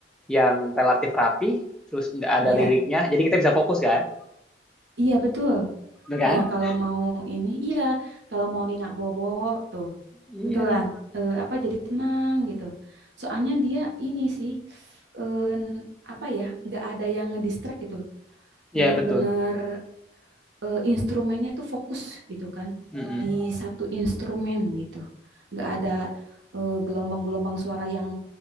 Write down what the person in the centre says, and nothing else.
yang relatif rapi, terus nggak ada
liriknya, jadi kita bisa fokus kan,
bener kan?
Iya,
iya
betul.
Mm-mm.